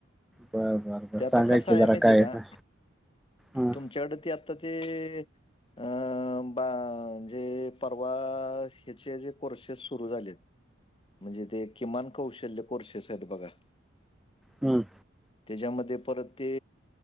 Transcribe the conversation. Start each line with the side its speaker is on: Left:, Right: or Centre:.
Centre: बर बर बर
Left: ते आता
Centre: सांगा
Left: कसा
Centre: की
Left: आहे
Centre: जरा
Left: मी
Centre: काय
Left: माहितेय का
Centre: आहे हं
Left: तुमच्याकड ते आता ते अ बा म्हजे परवा ह्याचे जे कोर्सेस सुरू झालेत. म्हणजे ते किमान कौशल्य कोर्सेस आहेत बघा.
Centre: हम्म.
Left: त्याच्यामध्ये परत ते